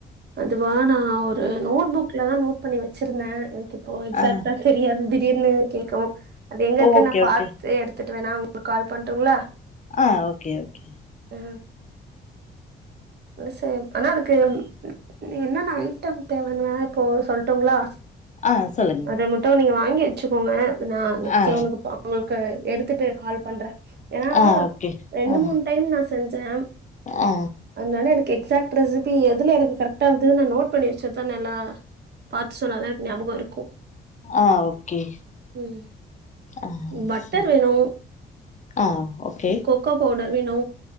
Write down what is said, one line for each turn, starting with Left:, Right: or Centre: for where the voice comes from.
Right: அதுவா நா ஒரு நோட் புக்லதா நோட் பண்ணி வச்சிருந்தே எனக்கு இப்போ எக்ஸாக்டா
Left: ஆ
Right: தெரியது திடீர்னு கேக்கவு அது எங்க இருக்குன்னு
Left: ஓகே
Right: நா பாத்து
Left: ஓகே
Right: எடுத்துட்டு வேணா உங் கால் பண்டுங்களா
Left: ஆ ஓகே ஓகே
Right: அ விசயம் ஆனா அதுக்கு எம் என்னென்ன ஐட்டம் தேவன்னு வேணா இப்போ சொல்டோங்களா
Left: ஆ சொல்லுங்க
Right: அத மட்டு நீங்க வாங்கி வச்சுக்கோங்க நா நெக்ஸ்ட்
Left: ஆ
Right: டைம் உங்களுக்கு எடுத்துட்டு கால் பண்றே ஏன்னா
Left: ஆ ஓகே
Right: ரெண்டு
Left: ஆ
Right: மூணு டைம் நா செஞ்சே
Left: ஆ
Right: அதுனால எனக்கு எக்ஸாக்ட் ரெசிபி எதுல எனக்கு கரெக்டா இருந்ததுனு நோட் பண்ணி வெச்சுட்டேனேல்ல பாத்து சொன்னாதா எனக்கு ஞாபகோ இருக்கு
Left: ஆ ஓகே
Right: ம்
Left: ஆ
Right: பட்டர்
Left: ச
Right: வேணு
Left: ஆ ஓகே
Right: கொக்கோ பவுடர் வேணு